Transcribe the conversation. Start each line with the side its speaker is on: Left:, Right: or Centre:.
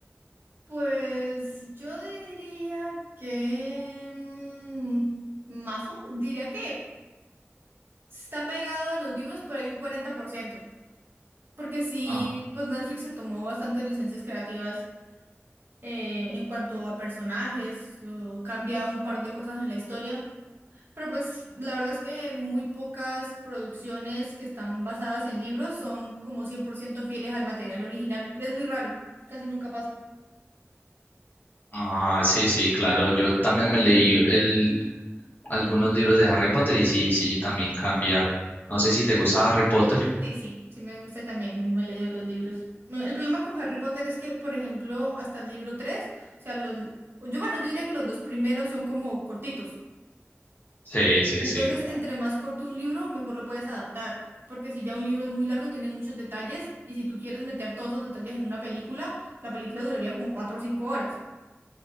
Right: Pues yo diría que... mm, Mazo, diría que está pegado a los libros, pero hay un cuarenta por ciento Porque sí,
Left: Ah,
Right: pues Netflix se tomó bastantes licencias creativas eh, en cuanto a personajes, o cambia un par de cosas en la historia. Pero pues la verdad es que muy pocas producciones que están basadas en libros son como 100% fieles al material original. Es muy raro, casi nunca pasa.
Left: ah, sí, sí, claro, yo también me leí el, algunos libros de Harry Potter y sí, sí, también cambia. No sé si te gusta Harry Potter.
Right: Sí, sí, sí me gusta y también me he leído los libros. El problema con Harry Potter es que, por ejemplo, hasta el libro tres o sea, los, yo bueno, yo diría que los dos primeros son como cortitos.
Left: Sí, sí,
Right: Entonces,
Left: sí.
Right: entre más corto un libro, mejor lo puedes adaptar, porque si ya un libro es muy largo, tiene muchos detalles y si tú quieres meter todos esos detalles en una película, la película duraría como 4 o 5 horas.